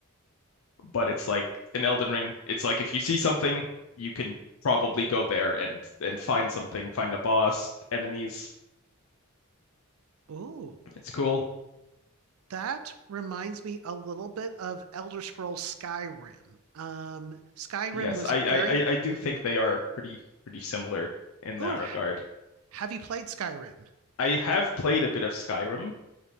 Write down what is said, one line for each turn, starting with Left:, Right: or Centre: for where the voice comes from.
Left: But it's like in Elden Ring, it's like if you see something, you can probably go there and and find something, find a boss, enemies.
Right: Ooh.
Left: It's cool.
Right: That reminds me a little bit of Elder Scrolls Skyrim. Um, Skyrim
Left: Yes,
Right: was
Left: I,
Right: very,
Left: I, I I do think they are pretty pretty similar in that
Right: ooh,
Left: regard.
Right: have you played Skyrim?
Left: I have played a bit of Skyrim.